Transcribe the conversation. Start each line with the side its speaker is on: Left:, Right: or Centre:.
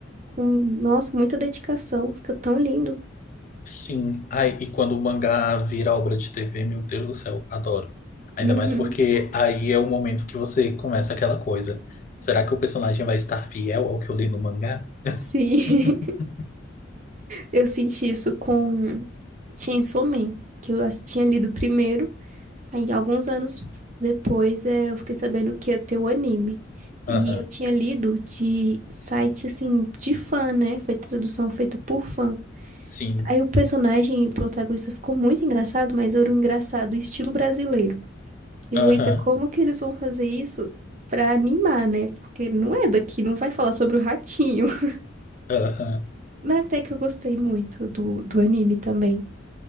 Right: com, nossa, muita dedicação, fica tão lindo.
Left: Sim. Ai, e quando o mangá vira obra de TV, meu Deus do céu, adoro. Ainda
Right: Uhum.
Left: mais porque aí é o momento que você começa aquela coisa. Será que o personagem vai estar fiel ao que eu li no mangá?
Right: <laughs> Sim.
Left: <laughs>
Right: Eu senti isso com Chainsaw Man, que eu ass- tinha lido primeiro. Aí, alguns anos depois, eh, eu fiquei sabendo que ia ter o anime. E
Left: Aham,
Right: eu tinha lido de site, assim, de fã, né? Foi tradução feita por fã.
Left: sim.
Right: Aí o personagem protagonista ficou muito engraçado, mas era um engraçado estilo brasileiro. Eu,
Left: Aham,
Right: eita, como que eles vão fazer isso pra animar, né? Porque não é daqui, não vai falar sobre o ratinho. <laughs>
Left: aham.
Right: Mas até que eu gostei muito do, do anime também.